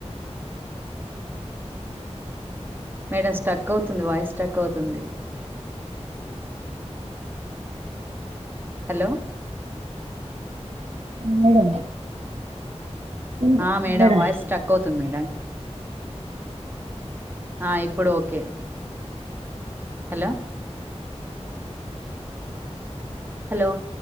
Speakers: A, on the right; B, on the right.
A: madam stuck అవుతుంది వాయిస్ స్టక్ అవుతుంది. హలో
B: ఆ మేడం వినిపిస్తుందా
A: ఆ మేడమ్
B: మేడం
A: వయిస్ స్టక్ అవుతుంది మేడమ్ ఆ ఇప్పుడు ఓకే హలో హలో